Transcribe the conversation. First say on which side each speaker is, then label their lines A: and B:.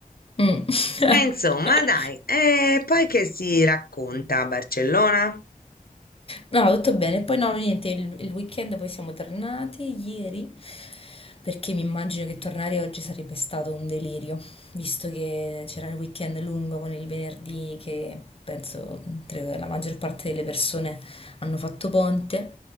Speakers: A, on the left; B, on the left.
A: mm, mm.
B: E insomma,
A: <laughs>
B: dai, e poi che si racconta a Barcellona?
A: No, no, tutto bene. Poi no, niente, il, il weekend poi siamo tornati ieri, perché mi immagino che tornare oggi sarebbe stato un delirio, visto che c'era il weekend lungo con il venerdì che penso tre- la maggior parte delle persone hanno fatto ponte